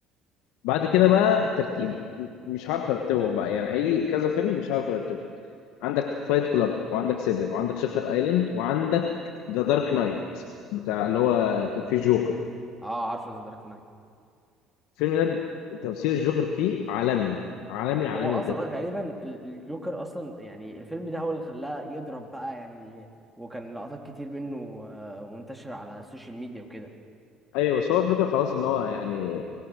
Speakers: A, on the left; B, in the centre.
A: بعد كده بقى الترتيب مش عارف ارتبهم بقى يعني هيجي كذا فيلم مش عارف ارتبهم عندك فايت كلاب وعندك سيفن وعندك شاتر ايلاند وعندك ذا دارك نايت بتاع اللي هو كان فيه جوكر
B: اه عارفه ذا دارك نايت
A: الفيلم ده تمثيل الجوكر فيه عالمي عالمي عالمي
B: هو اصلا
A: بجد
B: غالبا ال- الجوكر اصلا يعني الفيلم ده هو اللي خلاه يضرب بقى يعني وكان لقطات كتير منه آه منتشره على السوشيال ميديا وكده
A: ايوه بس هو الفكره خلاص ان هو يعني